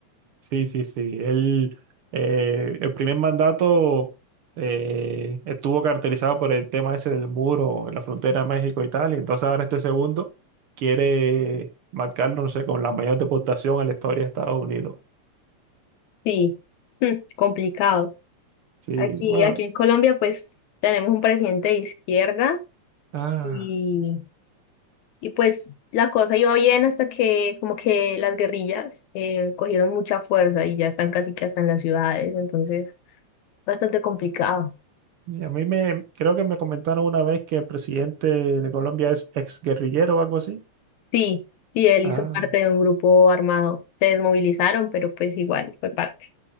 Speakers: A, on the right (about 55°); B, on the left (about 80°).
A: Sí, sí, sí. Él, eh, el primer mandato eh, estuvo caracterizado por el tema ese del muro en la frontera de México y tal. Y entonces ahora este segundo quiere marcarlo, no sé, con la mayor deportación en la historia de Estados Unidos.
B: Sí, mm, complicado.
A: Sí,
B: Aquí,
A: bueno.
B: aquí en Colombia, pues tenemos un presidente de izquierda
A: Ah,
B: y, y pues la cosa iba bien hasta que como que las guerrillas eh, cogieron mucha fuerza y ya están casi que hasta en las ciudades, entonces bastante complicado.
A: y a mí me, creo que me comentaron una vez que el presidente de Colombia es exguerrillero o algo así.
B: Sí, sí, él
A: Ah,
B: hizo parte de un grupo armado. Se desmovilizaron, pero pues igual fue parte.